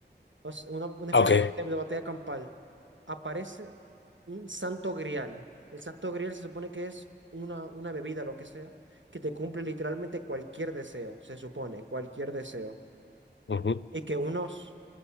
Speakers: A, on the right; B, on the left.
A: o sea, una, una
B: Ah,
A: especie
B: Ok.
A: de batalla de batalla campal. Aparece un santo grial. El santo grial se supone que es una, una bebida, lo que sea, que te cumple literalmente cualquier deseo, se supone, cualquier deseo.
B: Ujú,
A: Y que unos